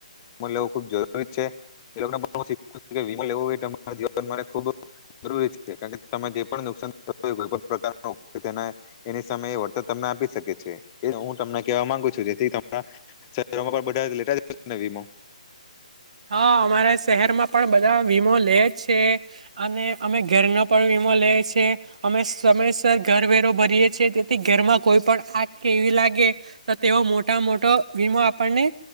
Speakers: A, on the left; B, on the right.
A: લેવ ખબ જરૂરી છે એમ લોકો ના ભવિસ્ય વીમા લેવું હોરા જીવન માટે ખુબ જરૂરી છે કારણ તમે જે પણ નુકસાન થું હો કોઈ પણ પ્રકારનું તે એની સામે વળતર તમને આપી શકે છે એ હું તમને કેવા માંગુ છું જેથી શરોમાં પણ બધા લેતાજ હશે વીમો
B: હા અમારા શહેરમાં પણ બધા વીમો લે છે અને અમે ઘરનો પણ વીમો લેીએ અમે સમયસર ઘર વરો ભરીએ છીએ તેથી ઘરમાં કોઈ પણ આગ કેવી લાગે તો તેઓ મોટા મોટો વીમો આપણને